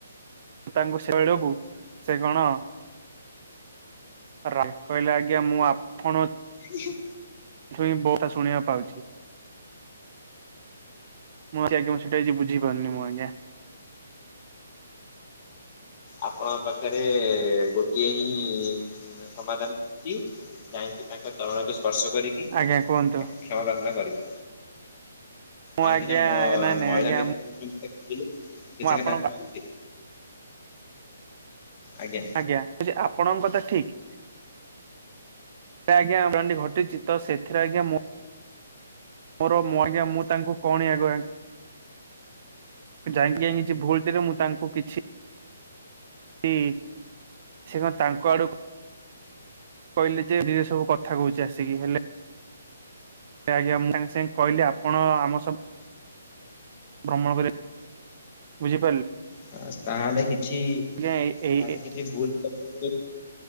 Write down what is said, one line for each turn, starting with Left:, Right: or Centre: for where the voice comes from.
Right: ତାଙ୍କୁ ସେଡକୁ ସେ କଣ ରା କହିଲେ ଆଜ୍ଞା ମୁଁ ଆପଣ
Left: ହିଁ ହିଁ।
Right: ଛୁଇଁ ବହୁତ ଶୁଣିବାକୁ ପାଉଚି। ମୁଁ ଆଜ୍ଞା ମୁଁ ସେଇଟା ବଝିପାରୁନି ମୁଁ ଆଜ୍ଞା
Left: ଆପଣଙ୍କ ପାଖରେ ଗୋଟିଏ ହିଁ ସମାଧାନ ଅଛି ଯାଇକି ତାଙ୍କ ତଳକୁ ସ୍ପର୍ଶ କରିକି
Right: ଆଜ୍ଞା କୁହନ୍ତୁ
Left: କ୍ଷମା ପ୍ରାର୍ଥନା କରିବି।
Right: ମୁଁ
Left: କାହିଁକିନା
Right: ଆଜ୍ଞା
Left: ମୋ
Right: ନାଇଁ ନାଇଁ
Left: ମଇଳା
Right: ଆଜ୍ଞା
Left: ମି ଥିଲେ
Right: ମୁଁ
Left: କିଛି
Right: ଆପଣଙ୍କ
Left: କଥା କହନ୍ତି। ଆଜ୍ଞା।
Right: ଆଜ୍ଞା ଯେ ଆପଣଙ୍କ କଥା ଠିକ୍। ଆଜ୍ଞ ମୋର ଏମିତି ଘଟିଚି ତ ସେଥିରେ ଆଜ୍ଞା ମୋ ମୋର ମୁଁ ଆଜ୍ଞା ମୁଁ ତାଙ୍କୁ କଣିଆ କୁହେ। ଯାଇକି କିଛି ଭୁଲ ରେ ମୁଁ ତାଙ୍କୁ କିଛି ହୁଁ ସେ କଣ ତାଙ୍କ ଆଡୁ କହିଲେ ଯେ ନିରେ ସବୁ କଥା କହୁଚି ଆସିକି ହେଲେ ଆଜ୍ଞା ମୁଁ ସାଙ୍ଗେ ସାଙ୍ଗେ କହିଲି ଆପଣ ଆମ ସବୁ ଭ୍ରମଣ କରି ବୁଝିପାରିଲେ
Left: ହଁ ତାହେଲେ କିଛି
Right: ଆଜ୍ଞା ଏଇ
Left: ତାହେଲେ କିଛି ଭୁଲ ହୁଁ